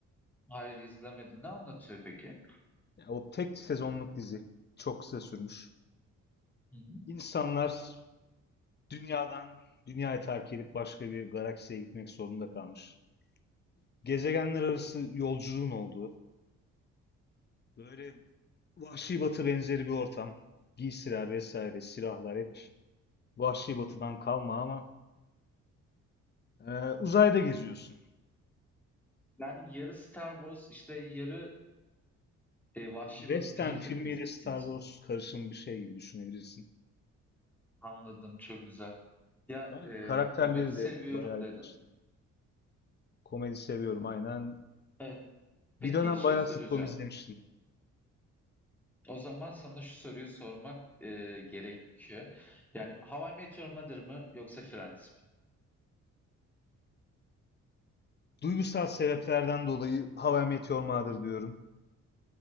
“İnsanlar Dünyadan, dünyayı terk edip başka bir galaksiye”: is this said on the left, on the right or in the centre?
Left